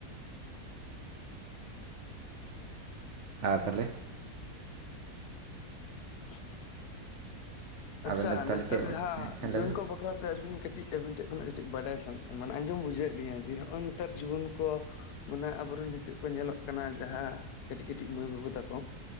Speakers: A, on the right; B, on the left.
A: ᱟᱨ ᱛᱟᱦᱞᱮ?
B: <inaudible>
A: ᱟᱵᱮᱱ
B: ᱟᱪᱪᱷᱟ
A: ᱫᱚ ᱛᱟᱦᱚᱞᱮ
B: ᱱᱮᱛᱟᱨ
A: ᱪᱮᱫ
B: ᱡᱟᱦᱟᱸ
A: ᱦᱮᱸ
B: ᱡᱩᱣᱟᱹᱱ
A: ᱞᱟᱹᱭ ᱵᱮᱱ
B: ᱠᱚ ᱵᱟᱼᱼ ᱚᱱᱛᱮ ᱟᱹᱵᱤᱱ ᱠᱟᱹᱴᱤᱡ ᱟᱹᱵᱤᱱ ᱴᱷᱮᱱ ᱠᱷᱚᱱᱟᱜ ᱠᱟᱹᱴᱤᱡ ᱵᱟᱰᱟᱭ ᱢᱟᱱᱮ ᱟᱸᱡᱚᱢ ᱵᱩᱡᱷᱟᱹᱣᱮᱫ ᱞᱤᱧᱟ ᱡᱮ ᱱᱚᱜᱼᱚᱭ ᱱᱮᱛᱟᱨ ᱡᱩᱣᱟᱹᱱ ᱠᱚ ᱢᱟᱱᱮ ᱟᱵᱚᱨᱮᱱ ᱦᱤᱛᱚᱜ ᱠᱚ ᱧᱮᱞᱚᱜ ᱠᱟᱱᱟ ᱡᱟᱦᱟᱸ ᱠᱟᱹᱴᱤᱡ ᱠᱟᱹᱴᱤᱡ ᱢᱟᱹᱭ ᱵᱟᱵᱩ ᱛᱟᱠᱚ